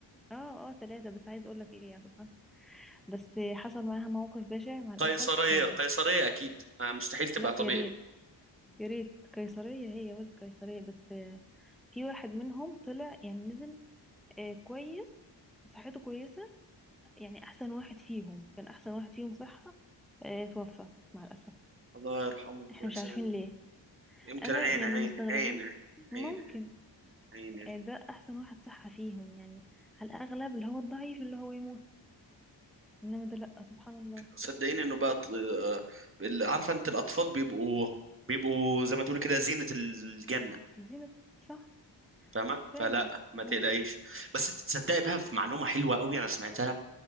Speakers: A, in the centre; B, on the right (about 30°).
A: اه اه ثلاثة بس عايز اقول لك ايه يا سبحان بس آه، حصل معاها موقف بشع مع الاسف
B: قيصريه
A: آه،
B: قيصريه اكيد آه، مستحيل تبقى
A: لا
B: طبيعي
A: يا ريت يا ريت قيصرية هي ولد قيصرية بس آه، في واحد منهم طلع يعني نزل آه، كويس صحته كويسة يعني احسن واحد فيهم كان احسن واحد فيهم صحة آه، توفى مع الاسف
B: الله يرحمه
A: احنا
B: ويحسن
A: مش عارفين
B: إليه.
A: ليه
B: يمكن
A: انا
B: عين
A: يعني
B: عين
A: مستغربين
B: عين عين
A: ممكن
B: عين عين, عين.
A: آه، ده احسن واحد صح فيهم يعني على الاغلب اللي هو الضعيف اللي هو يموت انما ده لا سبحان الله
B: صدقيني انه بقى ط- آه، ال- عارفه انت الاطفال بيبقوا بيبقوا زي ما تقولي كده زينه الجنه
A: زينة صح
B: فاهمه
A: فعلا
B: فلا ما
A: م
B: تقلقيش
A: -م.
B: بس انت تصدقي بقى في معلومه حلوه قوي انا سمعتها